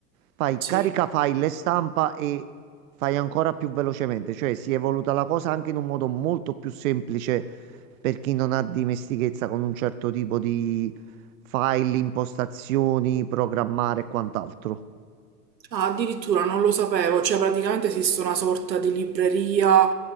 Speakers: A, on the right; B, on the right.
A: fai
B: Sì.
A: carica file e stampa e fai ancora più velocemente. Cioè si è evoluta la cosa anche in un modo molto più semplice per chi non ha dimestichezza con un certo tipo di file, impostazioni, programmare e quant'altro.
B: Ah, addirittura non lo sapevo, cioè praticamente esiste una sorta di libreria